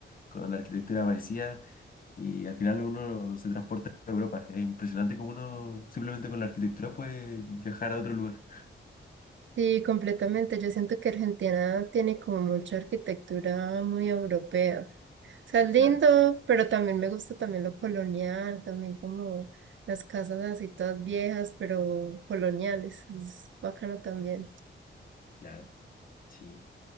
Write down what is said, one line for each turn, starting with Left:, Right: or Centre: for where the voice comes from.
Left: con arquitectura parecida y al final uno se transporta a Europa. Es impresionante cómo uno simplemente con la arquitectura puede viajar a otro lugar.
Right: Sí, completamente. Yo siento que Argentina tiene como mucha arquitectura muy europea. sea, es lindo,
Left: Claro,
Right: pero también me gusta también lo colonial, también como las casas así todas viejas, pero coloniales. Es bacano también.
Left: claro, sí.